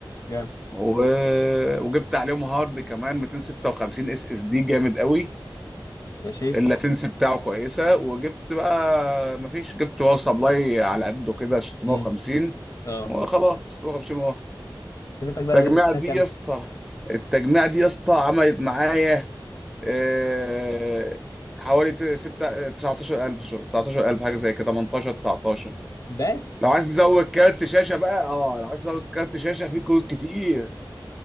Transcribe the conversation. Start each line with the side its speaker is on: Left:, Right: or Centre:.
Left: جامد
Centre: و... وجبت عليهم هارد كمان 256 اس اس دي جامد قوي
Left: ماشي
Centre: اللاتنسي بتاعه كويسه وجبت بقى مفيش جبت باور سبلاي على قده كده 650
Left: امم اه
Centre: وخلاص 650 واه
Left: خدمتك بقى
Centre: التجميعه
Left: اللي دي كلها
Centre: دي
Left: كام
Centre: يا اسطى التجميعه دي يا اسطى عملت معايا آه، حوالي ت- ستة 19000 شو 19000 حاجه زي كده 18 19
Left: بس
Centre: لو عايز تزود كارت شاشه بقى اه لو عايز تزود كارت شاشه في كروت كتير